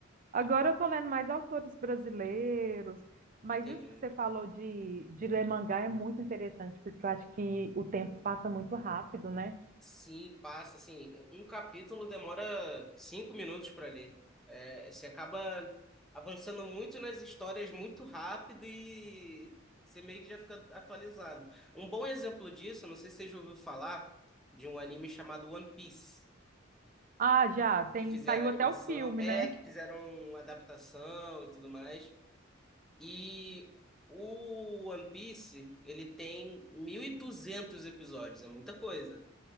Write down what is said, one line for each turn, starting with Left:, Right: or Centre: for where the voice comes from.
Right: Agora eu tô lendo mais autores brasileiros, mas
Centre: Entendi.
Right: isso que você falou de, de ler mangá é muito interessante, porque eu acho que o tempo passa muito rápido, né?
Centre: Sim, passa, assim, um capítulo demora cinco minutos para ler. É, você acaba avançando muito nas histórias muito rápido e você meio que já fica atualizado. Um bom exemplo disso, não sei se você já ouviu falar, de um anime chamado One Piece.
Right: Ah, já, tem,
Centre: que fizeram
Right: saiu
Centre: animação,
Right: até o filme,
Centre: é,
Right: né?
Centre: que fizeram adaptação e tudo mais. E o One Piece, ele tem 1.200 episódios, é muita coisa.